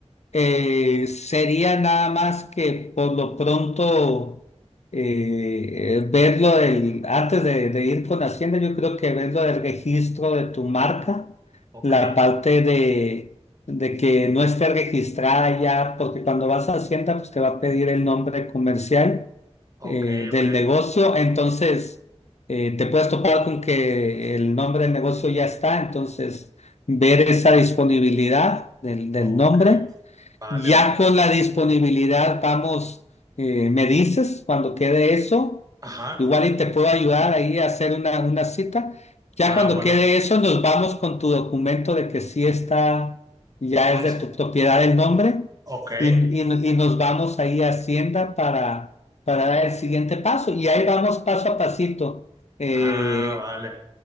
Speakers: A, on the left (about 70°); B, on the right (about 30°).
A: Eh, sería nada más que por lo pronto eh, eh, verlo del, antes de, de ir con Hacienda, yo creo que verlo del registro de tu marca,
B: Ok.
A: la parte de, de que no esté registrada ya, porque cuando vas a Hacienda, pues te va a pedir el nombre comercial
B: Ok,
A: eh, del
B: ok,
A: negocio, entonces eh, te puedes topar con que el nombre del negocio ya está, entonces ver esa disponibilidad del del
B: ok.
A: nombre.
B: Vale,
A: Ya
B: vale.
A: con la disponibilidad vamos, eh, me dices cuando quede eso,
B: Ajá.
A: igual y te puedo ayudar ahí a hacer una, una cita. Ya
B: Ah,
A: cuando
B: bueno.
A: quede eso, nos vamos con tu documento de que sí está, ya
B: Cons-
A: es de tu propiedad el nombre
B: Ok.
A: y, y- y nos vamos ahí a Hacienda para, para dar el siguiente paso. Y ahí vamos paso a pasito. Eh,
B: Ah, vale.